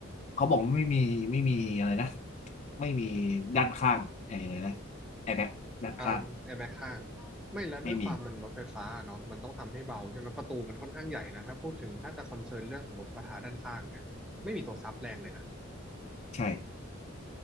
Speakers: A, on the left; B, in the centre.
A: เขาบอกว่าไม่มีไม่มีอะไรนะไม่มีด้านข้างไอ้อะไรนะแอร์แบ็กด้านข้าง
B: อ่าแอร์แบ็กข้าง ไม่แล้วด้วยความมันรถไฟฟ้าเนาะมันต้องทำให้เบาใช่ไหม
A: ไม่มี
B: ประตูมันค่อนข้างใหญ่นะ ถ้าพูดถึงถ้าจะคอนเซิร์นเรื่องสมมติประทะด้านข้างเนี่ย ไม่มีตัวซับแรงเลยนะ
A: ใช่